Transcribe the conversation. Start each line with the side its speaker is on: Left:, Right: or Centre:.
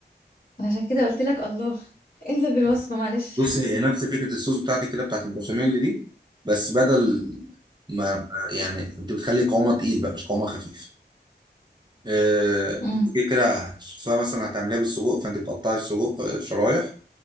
Left: أنا عشان كده قلت لك الله <laughs> انزل بالوصفة معلش
Right: بص هي نفس فكرة الصوص بتاعتك كده بتاعت البشاميل دي بس بدل ما ما- يعني أنت بتخلي قوامها تقيل بقى مش قوامها خفيف آه،
Left: امم
Right: أنت كده كده سواء مثلا هتعمليها بالسجق فأنت بتقطعي السجق آه، شرايح